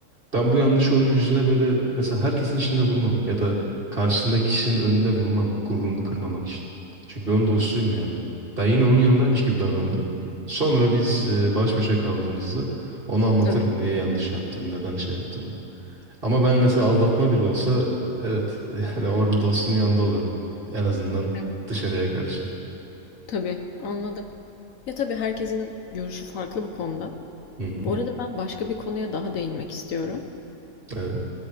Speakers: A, on the right; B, on the left.
A: Ben bu yanlışı onun yüzüne böyle mesela herkesin içinde vurmam ya da karşısındaki kişinin önünde vurmam gururunu kırmamak için. Çünkü ben onun dostuyum yani. Ben yine onun yanındaymış gibi davranırım. Sonra biz e, baş başa kaldığımızda ona anlatırım
B: Tabii.
A: niye yanlış yaptığını, neden şey yaptığını. Ama ben mesela aldatma bile olsa evet <laughs> yani orada dostumun yanında olurum. En azından
B: Evet.
A: dışarıya karşı.
B: Tabii anladım. Ya tabii herkesin görüşü farklı bu konuda.
A: Hı hı.
B: Bu arada ben başka bir konuya daha değinmek istiyorum.
A: Evet.